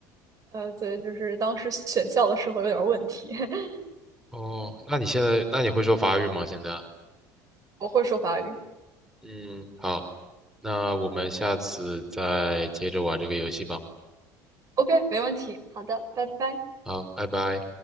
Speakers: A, on the right; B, in the centre.
A: 呃，对，就是当时选校的时候有点儿问题，<laughs>
B: 哦，那你现在，那你会说法语吗？现在？
A: 我会说法语。
B: 嗯，好，那我们下次再接着玩这个游戏吧。
A: OK，没问题。好的，拜拜。
B: 好，拜拜。